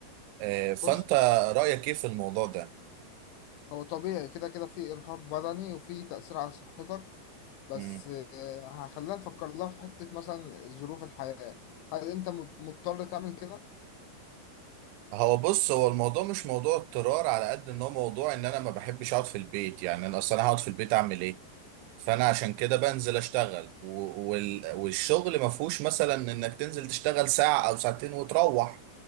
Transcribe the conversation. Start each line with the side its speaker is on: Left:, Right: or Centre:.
Right: آه، فانت
Left: بص
Right: رايك ايه في الموضوع ده
Left: هو طبيعي كده كده في إرهاق بدني وفي تأثير على صحتك بس
Right: مم.
Left: آه، هخلينا نفكر لها في حتة مثلا ظروف الحياة هل أنت مض- مضطر تعمل كده؟
Right: هو بص هو الموضوع مش موضوع اضطرار على قد ان هو موضوع ان انا ما بحبش اقعد في البيت يعني انا اصلا هقعد في البيت اعمل ايه فانا عشان كده بنزل اشتغل و- وال- والشغل ما فيهوش مثلا انك تنزل تشتغل ساعة او ساعتين وتروح